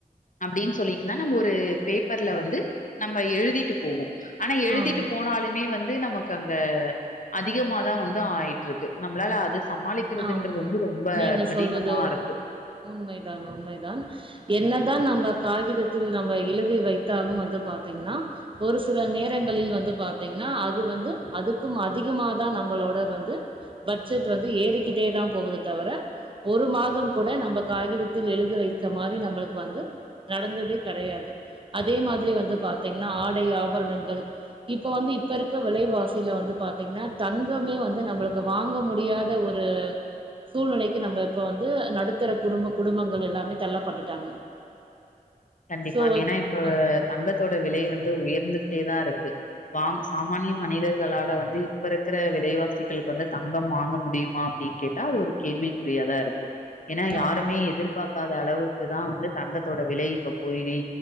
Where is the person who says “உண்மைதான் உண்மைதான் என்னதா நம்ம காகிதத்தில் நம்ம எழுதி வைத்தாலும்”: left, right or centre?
Right